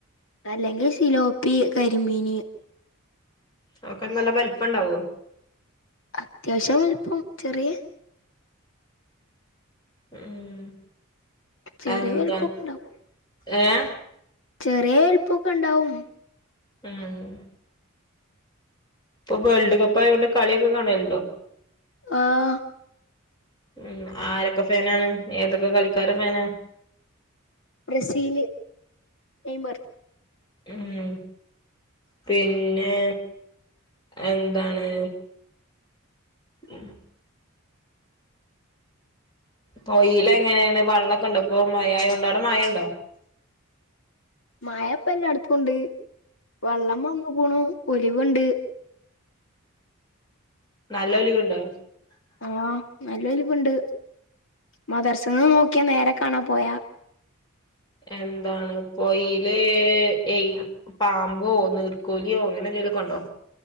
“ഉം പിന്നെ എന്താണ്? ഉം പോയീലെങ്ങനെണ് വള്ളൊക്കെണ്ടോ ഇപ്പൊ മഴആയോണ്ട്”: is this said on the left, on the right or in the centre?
Left